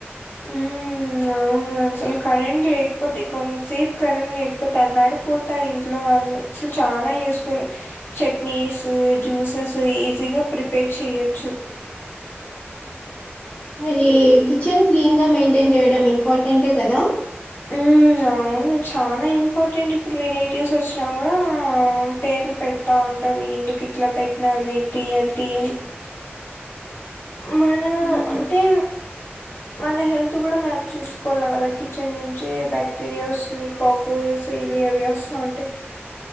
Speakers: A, on the left (about 65°); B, on the left (about 30°).
A: ఉం అవును అసలు కరెంట్ లేకపోతే కొంతసేప్ కరెంట్ లేకపోతే అల్లాడిపోతారింట్లో వాళ్ళు అసల్ చానా యూస్ఫులు చట్నీస్ జ్యూసెస్ ఈజీగా ప్రిపేర్ చెయొచ్చు
B: మరీ
A: హ్మ్.
B: కిచెన్ క్లీన్గా మెయింటెన్ చేయడం ఇంపార్టెంటే కదా
A: ఉం అవును చానా ఇంపార్టెంట్ ఇప్పుడ్ రిలేటివ్స్ వచ్చినా కూడా పేర్లు పె పెడ్తా ఉంటరు ఎందుకిట్ల పెట్నావేంటి అది మనా
B: హ్మ్.
A: అంటే మన హెల్త్ కూడ మనం చూస్కోవలె కదా కిచెన్ నుంచి బ్యాక్టీరియాస్ కాక్రోజెస్ ఇవి అవి వస్తా ఉంటయి